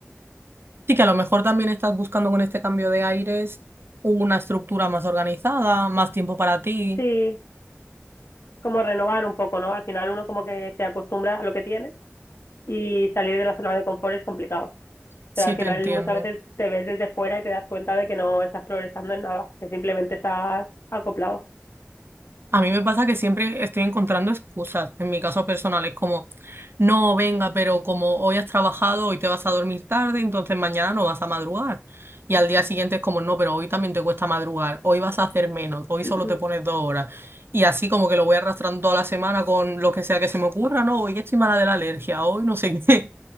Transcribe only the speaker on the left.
Sí, como renovar un poco, ¿no? Al final uno como que se acostumbra a lo que tiene y salir de la zona de confort es complicado.
Pero al final
muchas veces te ves desde fuera y te das cuenta de que no estás progresando en nada, que simplemente estás acoplado.
<clears throat>